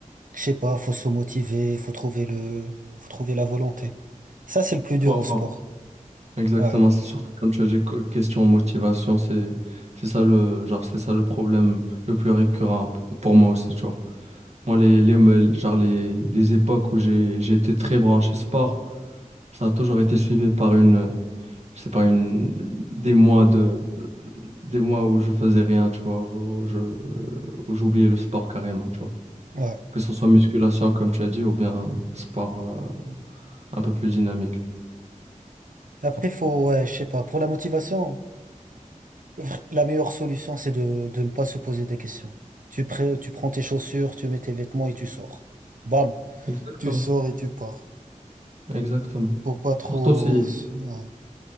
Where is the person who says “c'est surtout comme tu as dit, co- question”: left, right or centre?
Right